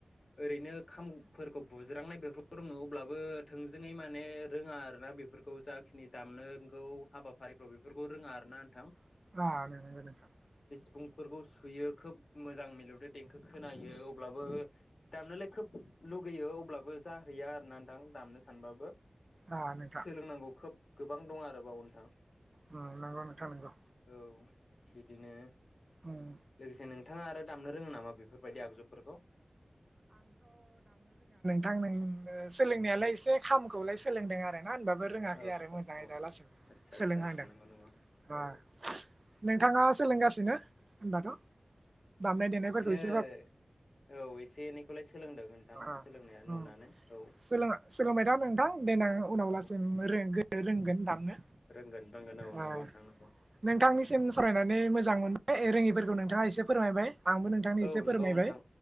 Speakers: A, on the left; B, on the right.
A: ओरैनो खामफोरखौ बुज्रांनाय बेफोरखौ रोङो अब्लाबो थोंजोङै माने रोङा आरोना बेफोरखौ जाखिनि दामनोंगौ हाबा फारिफ्राव बेफोरखौ रोङा आरो ना नोंथां।
B: <unintelligible>
A: फुंफोरखौ सुयो खोब मोजां मिलौदो देंखो खोनायो अब्लाबो दामनोलाय खोब लुगैयो अब्लाबो जाहैया आरो ना नोंथां दामनो सानबाबो
B: आ नोंथां
A: सोलोंनांगौ खोब गोबां दं आरोबाव नोंथां।
B: उम नंगौ नोंथां नंगौ।
A: औ बिदिनो
B: उम
A: लोगोसे नों थाङा आरो दामनो रोङो नामा बेफोरबायदि आगजुफोरखौ?
B: थां नों नो सोलोंनायालाय एसे खामखौलाय सोलोंदों आरो ना होनबाबो रोङाखै
A: औ
B: आरो मोजाङै
A: औ
B: दा लासिम
A: आदसा
B: सोलोंहांदों
A: आदसा आदसा नंगौ नंगौ
B: अह
A: औ
B: नोंथाङा सोलोंगासिनो होनबाथ'? दामनाय देनायबोरखौ एसे
A: ओ औ एसे एनैखौलाय सोलोंदों नोंथां
B: अह
A: सोलोंनाया नुनानै
B: उम
A: औ
B: सोलो-सोलोंबाय दा नोंथां देनां उनावलासिम
A: औ
B: रोंगोन दामनो
A: रोंगोन रोंगोन औ
B: ओ
A: नंगौ नोंथां नंगौ
B: नोंथांनि सिम सावरायनानै मोजां मोन बाय रोङिफोरखौ नोंथाङा एसे फोरमायबाय आंबो नोंथांनो
A: औ
B: एसे फोरमायबाय
A: नंगौ नोंथां